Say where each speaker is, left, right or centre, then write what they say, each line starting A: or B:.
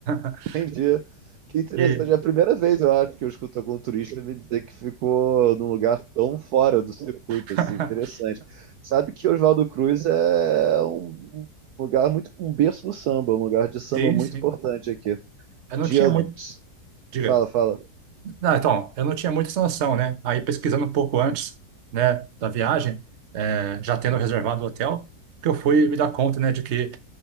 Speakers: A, on the right; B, on the right.
A: <laughs>
B: Entendi. Que interessante.
A: E,
B: É a primeira vez, eu acho, que eu escuto algum turista me dizer que ficou num lugar tão fora do circuito,
A: <laughs>
B: assim. Interessante. Sabe que Oswaldo Cruz é um um lugar muito, um berço do samba, um lugar de samba
A: sim,
B: muito
A: sim.
B: importante aqui.
A: Eu não
B: Dia.
A: tinha muito. Diga.
B: Fala, fala.
A: Não, então, eu não tinha muita essa noção, né? Aí pesquisando um pouco antes, né, da viagem, eh, já tendo reservado o hotel, que eu fui me dar conta, né, de que